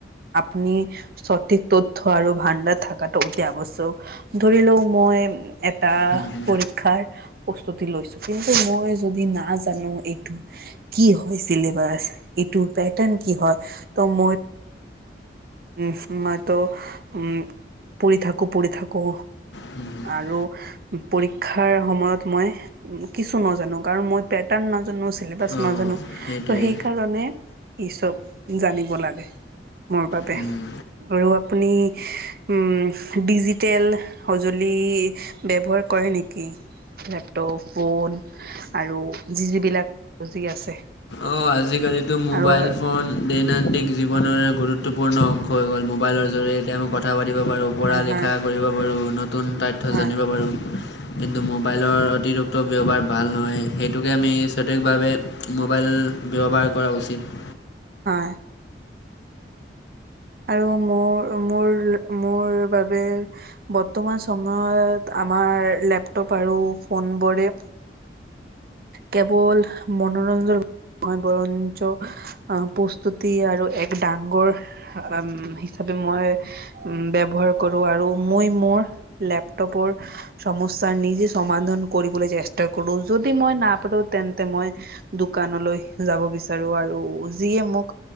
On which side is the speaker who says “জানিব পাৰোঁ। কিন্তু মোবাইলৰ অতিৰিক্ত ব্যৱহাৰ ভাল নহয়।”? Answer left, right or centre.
Left